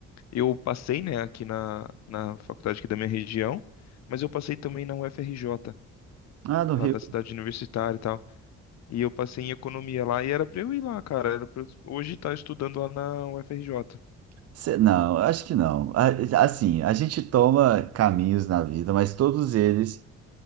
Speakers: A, on the left; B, on the right.
A: Eu passei, né, aqui na, na faculdade aqui da minha região, mas eu passei também na UFRJ,
B: Ah, no
A: lá
B: Rio.
A: da cidade universitária e tal. E eu passei em economia lá e era pra eu ir lá, cara. Era pra eu hoje estar estudando lá na UFRJ.
B: Cê- Não, acho que não. A- Assim, a gente toma caminhos na vida, mas todos eles